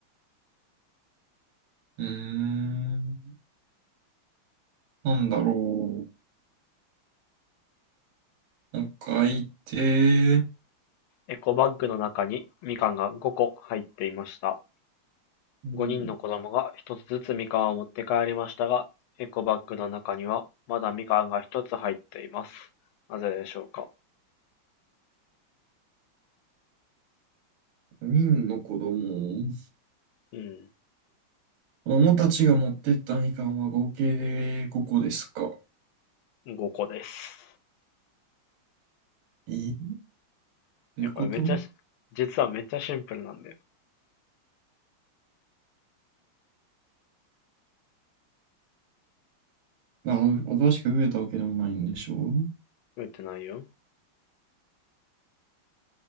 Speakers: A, on the right (about 85°); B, on the left (about 80°).
A: ーん。なんだろう。もう一回言って。
B: エコバッグの中にみかんが5個入っていました。
A: うん。
B: 5人の子供が1つずつみかんを持って帰りましたが、エコバッグの中にはまだみかんが1つ入っています。なぜでしょうか。
A: 人の子供。
B: うん。
A: 子供たちが持ってったみかんは合計で5個ですか。
B: 5個です。
A: えっていうこと
B: え、これめっちゃ実はめっちゃシンプルなんだよ。
A: まあ、新しく増えたわけでもないんでしょう
B: 増えてないよ。